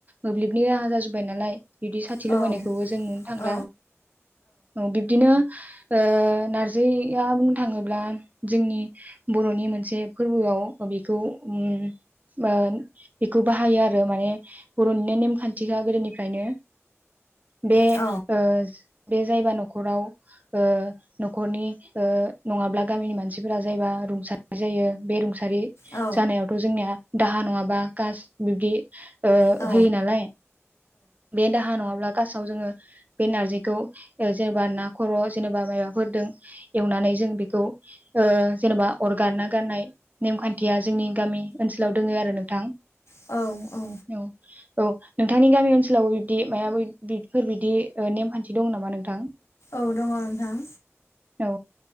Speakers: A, on the right (about 35°); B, on the left (about 70°).
A: मोब्लिबनि राहा जाजोबाय नालाय। बिदि साथि
B: औ
A: लगायनायखौबो जों नुनो थांला
B: औ
A: औ बिब्दिनो ओ नारजिया बुंनो थाङोब्ला जोंनि बर'नि मोनसे फोरबोआव बेखौ उम ओ बेखौ बाहायो आरो माने बर'निनो नेमखान्थिखा गोदोनिफ्रायनो बे
B: औ
A: ओ बे जायबा न'खराव ओ न'खरनि ओ नङाब्ला गामिनि मानसिफोरा जायबा रुंसारि जायो बे रूं सारि
B: औ
A: जानायावथ जोंनिया दाहा नङाबा कास बिब्दि ओ
B: औ
A: होयो नालाय बे दाहा नङाब्ला कासाव जोङो बे नारजिखौ ओ जेनेबा ना खर' जेनेबा मायबाफोरदों एवनानै जों बेखौ ओ जेनेबा अरगारना गारनाय नेमखान थिया जोंनि गामि ओनसोलाव दोङो आरो नों थां
B: औ औ
A: औ औ नोंथांनि गामि ओनसोलाव बिब्दि मायाबो बिफोरबादि ओ नेमखान्थि दं नामा नोंथां?
B: औ दङ नोंथां।
A: औ